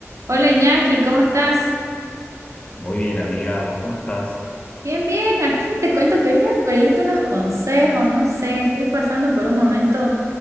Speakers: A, on the right (about 70°); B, on the left (about 25°).
A: Hola Iñaki, ¿cómo estás?
B: Muy bien, amiga, ¿vos cómo estás?
A: Bien, bien, aquí te cuento, que quería pedirte unos consejos, no sé, estoy pasando por un momento